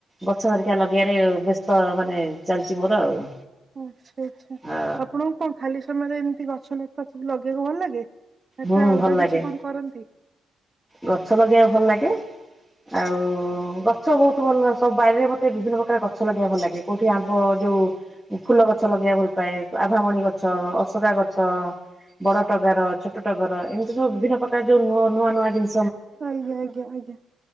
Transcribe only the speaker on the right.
ଆଚ୍ଛା, ଆଚ୍ଛା।
ଆପଣଙ୍କୁ କଣ ଖାଲି ସମୟରେ ଏମିତି ଗଛ ଲ ତା ସବୁ ଲଗେଇବାକୁ ଭଲ ଲାଗେ, ନା
ଅଲଗା
କିଛି କଣ କରନ୍ତି?
ଆଜ୍ଞା, ଆଜ୍ଞା, ଆଜ୍ଞା,